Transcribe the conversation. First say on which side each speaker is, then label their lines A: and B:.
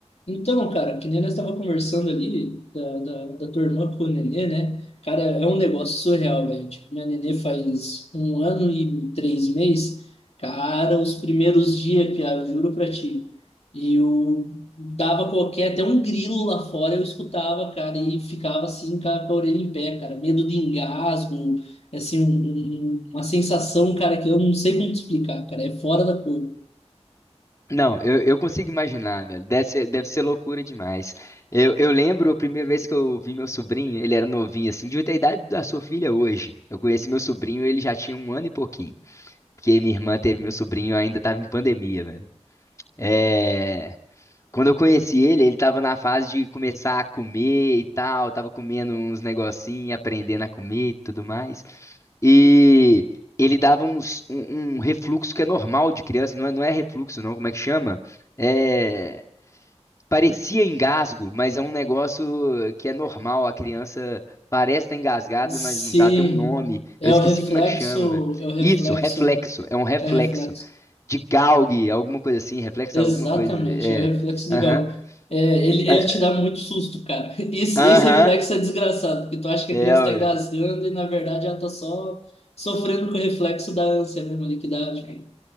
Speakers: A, on the left; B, on the left.
A: Então, cara, que nem nós estava conversando ali da, da, da tua irmã com o Nenê, né? Cara, é um negócio surreal, velho. Tipo, minha Nenê faz um ano e três meses. Cara, os primeiros dias, Pia, eu juro pra ti. Eu dava qualquer, até um grilo lá fora eu escutava, cara, e ficava assim com a, com a orelha em pé, cara. Medo de engasgo, assim, um- um- um, uma sensação, cara, que eu não sei como te explicar, cara. É fora da cor.
B: Não, eu, eu consigo imaginar, velho. Deve ser, deve ser loucura demais. Eu, eu lembro a primeira vez que eu vi meu sobrinho, ele era novinho, assim, devia ter a idade da sua filha hoje. Eu conheci meu sobrinho, ele já tinha um ano e pouquinho. Porque minha irmã teve meu sobrinho, ainda tava em pandemia, velho. É. Quando eu conheci ele, ele tava na fase de começar a comer e tal, tava comendo uns negocinhos, aprendendo a comer e tudo mais. E ele dava uns, um, um refluxo que é normal de criança, não é, não é refluxo, não, como é que chama? É, parecia engasgo, mas é um negócio que é normal, a criança parece estar engasgada,
A: Sim,
B: mas não tá, tem um nome,
A: é
B: eu esqueci
A: o reflexo,
B: como é que chama, velho.
A: é o reflexo,
B: Isso, reflexo, é um reflexo
A: é o reflexo.
B: de Gauge, alguma coisa assim, reflexo
A: Exatamente,
B: alguma coisa, é,
A: é o reflexo de
B: aham.
A: Galgo. É, ele,
B: É,
A: ele te dá muito susto, cara. <laughs> Esse,
B: Aham,
A: esse reflexo é desgraçado, porque tu acha que
B: é,
A: a criança
B: ué.
A: tá engasgando e na verdade ela tá só sofrendo com o reflexo da ânsia mesmo ali que dá. tipo,